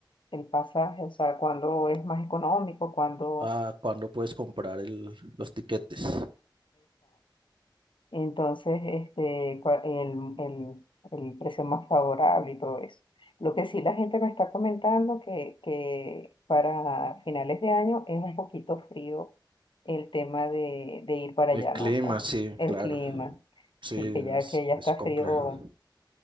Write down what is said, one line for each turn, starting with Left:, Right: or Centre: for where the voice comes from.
Left: el pasaje, o sea, cuándo es más económico, cuándo,
Right: Ah, ¿cuándo puedes comprar el- los tiquetes?
Left: Entonces, este, cua- el, el- el precio más favorable y todo eso. Lo que sí la gente me está comentando que, que para finales de año es un poquito frío el tema de, de ir para
Right: De
Left: allá,
Right: clima,
Left: ¿no? O sea,
Right: sí,
Left: el
Right: claro.
Left: clima.
Right: Sí,
Left: Sí, que ya,
Right: es,
Left: que ya
Right: es
Left: está
Right: complejo.
Left: frío,